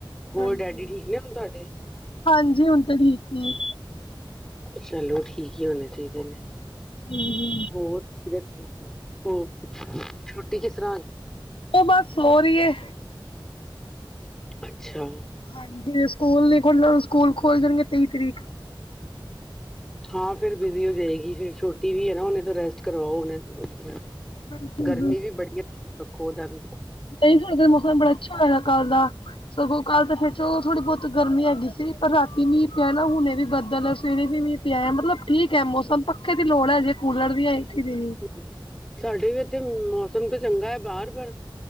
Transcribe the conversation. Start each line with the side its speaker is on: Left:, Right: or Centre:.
Centre: ਹੋਰ
Left: ਹਾਂਜੀ
Centre: ਡੈਡੀ ਠੀਕ ਨੇ ਹੁਣ ਤਾਡੇ?
Left: ਹਾਂਜੀ ਹੁਣ ਤੇ ਠੀਕ ਨੇ
Centre: ਚਲੋ ਠੀਕ ਹੀ ਹੋਣੇ ਚਾਈਦੇ ਨੇ।
Left: ਹਮ- ਹਮ
Centre: ਹੋਰ, ਤਬੀਅਤ ਠੀਕ ਨੇ, ਹੋਰ, ਛੁੱਟੀ ਕਿਸ ਤਰ੍ਹਾਂ ਹੋਈ?
Left: ਉਹ ਬਸ ਸੋ ਰਹੀ ਏ।
Centre: ਅੱਛਾ
Left: ਹਾਂਜੀ ਸਕੂਲ ਨੀ ਖੁੱਲਣ, ਸਕੂਲ ਖੋਲ੍ਹ ਜਾਣਗੇ ਤੇਈ ਤਰੀਕ
Centre: ਹਾਂ ਫਿਰ ਬਿਜ਼ੀ ਹੋ ਜਾਏਗੀ, ਫੇਰ ਛੋਟੀ ਵੀ ਹੈ ਨਾ, ਉਹਨੇ ਤੋਂ ਰੈਸਟ ਕਰਵਾਓ ਹੁਣੇ ਉਹਦੇ ਤੋ
Left: ਬਿਲਕੁਲ
Centre: ਗਰਮੀ ਵੀ ਬੜੀ ਐ, ਧਿਆਨ ਰੱਖੋ ਉਹਦਾ ਵੀ
Left: ਨਹੀ ਸਾਡੇ ਤਾਂ ਮੌਸਮ ਬੜਾ ਅੱਛਾ ਹੋਇਆ ਕੱਲ ਦਾ, ਸਗੋਂ ਕੱਲ ਤੇ ਫੇਰ 'ਚ ਥੋੜ੍ਹੀ ਬਹੁਤ ਗਰਮੀ ਹੈਗੀ ਸੀ। ਪਰ ਰਾਤੀ ਮੀਂਹ ਪਿਆ ਨਾ ਹੁਣੇ ਵੀ ਬਦਲ, ਸਵੇਰੇ ਵੀ ਮੀਂਹ ਪਿਆ ਐ, ਮਤਲਬ ਠੀਕ ਹੈ ਮੌਸਮ ਪੱਕ ਪੱਖੇ ਦੀ ਲੋੜ ਐ, ਹਜੇ ਕੂਲਰ ਦੀ ਜਾਂ ਏਸੀ ਦੀ
Centre: ਹੂੰਮ, ਸਾਡੇ ਵੀ ਇੱਥੇ ਮੌਸਮ ਤਾਂ ਚੰਗਾ ਹੈ ਬਾਹਰ ਪਰ